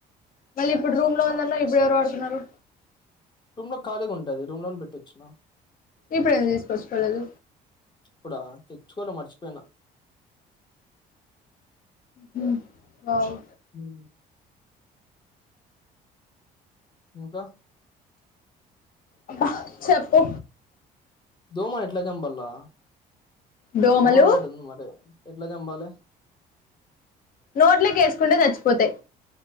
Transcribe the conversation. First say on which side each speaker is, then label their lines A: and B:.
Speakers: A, on the left; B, on the left.
A: మళ్ళీ ఇప్పుడు రూమ్ లో ఉందన్నవు ఇప్పుడు ఎవరు వాడుతున్నారు
B: రూమ్ లో ఖాళీగా ఉంటది రూమ్ లోనే పెట్టొచ్చిన
A: ఇప్పుడు ఎందుకు తీసుకొచ్చుకోలేదు
B: ఇప్పుడా తెచ్చుకోలే మర్చిపోయిన
A: మ్మ్ వావ్
B: మ్మ్ ఇంక
A: అబ్బ చెప్పు
B: దోమని ఎట్లా చంపాల్లా
A: దోమలు
B: దోమల బ్యాట్ ఉంది మరి ఎట్ల చంపాలి
A: నోట్లోకి ఏసుకుంటే చచ్చిపోతయి